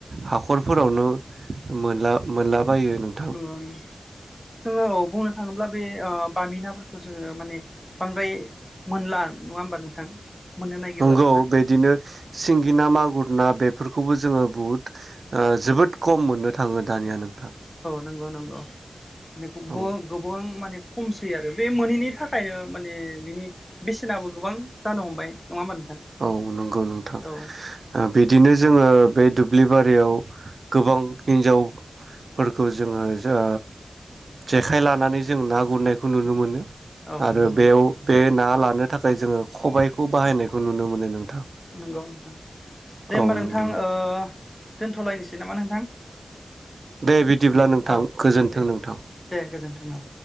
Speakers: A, on the right (about 80°); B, on the left (about 15°).
A: हाखरफोरावनो मोनला मोनला बायो नोंथां।
B: नंगौ जोङो औ बुंनो थाङोब्ला बे ओ बामिनाफोरखौ जोङो माने बांद्राय मोनला नङा होमबा नोंथां? मोननो नागिरला
A: नंगौ
B: दाना
A: बिदिनो सिंगि ना मागुर ना बे फोरखौबो जोङो बुहुत ओ जोबोद खम मोननो थाङो। दानिया नोंथां।
B: नोंगौ नोंगौ बेखौबो
A: औ
B: गोबां माने खम फैयो आरो बे मोनैनि थाखायनो माने बिनि बेसेनाबो गोबां जानो हमबाय। नङा होमबा नोंथां
A: औ नोंगौ नोंथां
B: औ
A: ओ बिदिनो जोङो बे दुब्लि बारियाव गोबां हिन्जाव फोरखौ जोङो जो जेखाइ लानानै जों ना गुरनायखौ नुनो मोनो।
B: औ
A: आरो
B: नंगौ
A: बेयाव
B: नंगौ
A: बे ना लागोन थाखाय जोङो खबायखौ बाहायनाय खौ नुनो मोनो नोंथां।
B: नोंगौ नोंथां। दे
A: औ
B: होमबा नोंथां
A: नंगौ
B: ओ दोनथ'लायनोसै नामा नोंथां?
A: दे बिदिब्ला नोंथां
B: औ
A: गोजोन्थों
B: दे
A: नोंथां।
B: दे गोजोन्थों औ